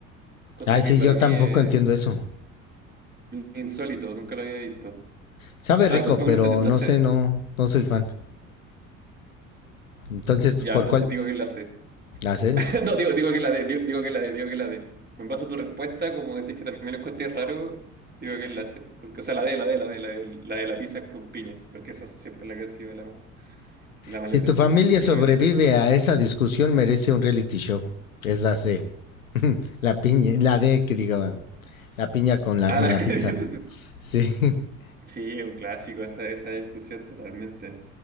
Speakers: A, on the right; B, on the left.
A: cosa
B: Ay, sí,
A: que para
B: yo
A: mí
B: tampoco
A: es
B: entiendo eso.
A: insólito, nunca lo había visto.
B: Sabe
A: Ah,
B: rico,
A: tampoco
B: pero
A: lo entendí, entonces.
B: no sé, no, no soy fan. Entonces,
A: Ya,
B: ¿por
A: entonces
B: cuál?
A: digo que es la C.
B: Hacer.
A: <laughs> No, digo, digo que la de digo, digo que la de digo que la de En base a tu respuesta, como decís que también lo encontré raro, digo que es la C. Porque, o sea, la de la de la de la de la, de la pizza con piña. Porque esa siempre es la que ha sido la, la mayor
B: Si
A: discusión
B: tu familia
A: del siglo
B: sobrevive
A: veintiuno
B: a esa discusión, merece un reality show. Es la C. <laughs> La piña, la D que digo, la piña con la
A: Ah,
B: en
A: la- <laughs>
B: la
A: entonces,
B: pizza. Sí. <laughs>
A: sí, un clásico esa, esa discusión totalmente.